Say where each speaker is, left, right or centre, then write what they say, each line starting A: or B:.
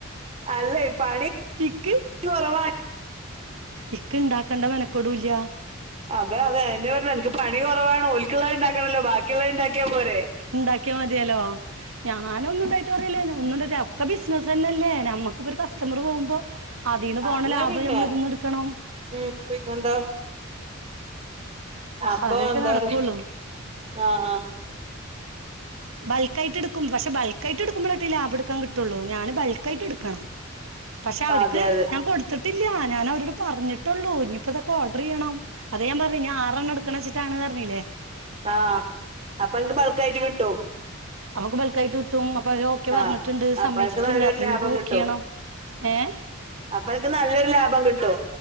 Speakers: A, on the right; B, on the right.
A: അല്ലേ പണി
B: ഇക്ക്
A: <unintelligible>
B: ഇക്ക് ഇണ്ടാക്കണ്ട മനക്കടൂല്ല.
A: അതെ അതെ അതന്നെ പറഞ്ഞ് അനക്ക് പണി കൊറവാണ് ഓതക്കുള്ളത് ഉണ്ടാക്കണ്ടല്ലോ ബാക്കിള്ളത് ണ്ടാക്കിയാ പോരെേ.
B: ഇണ്ടാക്കിയാ മതിയാലോ. ഞാൻ ഒന്നും ണ്ടായിട്ട് പറയല്ലല്ലോ. ഒന്നുണ്ടയിട്ടാ ഒക്കെ ബിസിനസന്നെല്ലേ നമ്മക്കിപ്പ ഒരു കസ്റ്റമർ പോകുമ്പോ അതിന്ന് പോണ
A: അല്ല
B: ലാഭം
A: പിന്നെ
B: നമ്മള് ഇത്‌ന്ന് എടുക്കണം.
A: ഉം, <unintelligible> ന്താ അപ്പൊ
B: ഹതൊക്കെ
A: എന്താ
B: നടകൊള്ളൂ
A: പറയാ ആഹ്
B: ബൾക്കായിട്ട് എടുക്കും പക്ഷ ബൾക്കായിട്ട് എടുക്ക്മ്പോഴട്ട ലാഭം എടുക്കൻ കിട്ടുള്ളൂ ഞാന് ബൾ ക്കായിട്ട് എടുക്കണം പക്ഷെ അവർക്ക്
A: ആഹ് അതെ അതെ
B: ഞാൻ കൊടു ത്തിട്ടില്ല ഞൻ അവരോട് പറഞ്ഞിട്ടുള്ളൂ ഇനിയിപ്പോ ഇതൊക്കെ ഓർഡർ ചെയ്യണം അത ഞാൻ പറഞ്ഞ് ആഹ് ടുക്കണം ച്ചിട്ടാണ് പറഞ്ഞില്ലേ
A: ആഹ് അപ്പൊ അനക്ക് ബൾക്ക് ആയിട്ട് കിട്ടും
B: അപൊക്ക് ബൾക്കായിട്ട് ഇട്ടും അപ്പ അവര് ഓക്കെ പറഞ്ഞിട്ടുണ്ട്
A: ആഹ് അപ്പൊ
B: സമ്മയിച്ചിട്ടുണ്ട്
A: അനക്ക് നല്ലൊരു
B: അപ്പൊ ഇനിയിപ്പോ
A: ലാഭം
B: ബുക്കയ്യണം
A: കിട്ടും
B: ഏഹ്
A: അപ്പൊ അനക്ക് നല്ലൊരു ലാഭം കിട്ടും